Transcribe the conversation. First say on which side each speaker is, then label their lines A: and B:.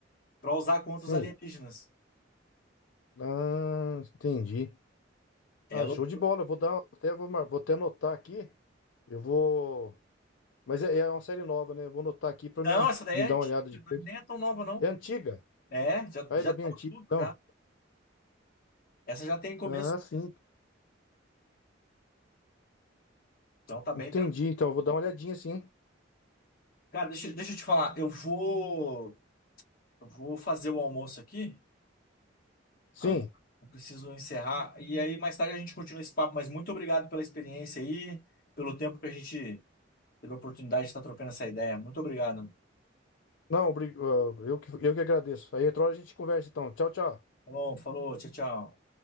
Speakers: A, on the left (about 50°); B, on the left (about 70°).
A: para usar contra
B: sim.
A: os alienígenas.
B: Ah, entendi.
A: É
B: Ah,
A: louco.
B: show de bola. Eu Vou dar, até vou, mar- vou até anotar aqui. Eu vou. Mas é, é uma série nova, né? Eu vou anotar aqui pra
A: Não,
B: mim
A: essa daí
B: me
A: é
B: dar
A: antiga,
B: uma olhada depois.
A: nem é tão nova, não.
B: É antiga?
A: É, já,
B: Ah,
A: já
B: ele é
A: tá
B: bem antigo,
A: tudo
B: então.
A: já. Essa já tem começo,
B: Ah, sim.
A: então tá bem
B: Entendi.
A: tranquilo.
B: Então, eu vou dar uma olhadinha, sim.
A: Cara, deixa, deixa eu te falar. Eu vou, eu vou fazer o almoço aqui.
B: Sim.
A: Agora. Eu preciso encerrar. E aí, mais tarde, a gente continua esse papo. Mas muito obrigado pela experiência aí, pelo tempo que a gente teve a oportunidade de estar trocando essa ideia. Muito obrigado.
B: Não, obri- ah, eu que, eu que agradeço. Aí outra hora a gente conversa, então. Tchau, tchau.
A: Falou, falou, tchau, tchau.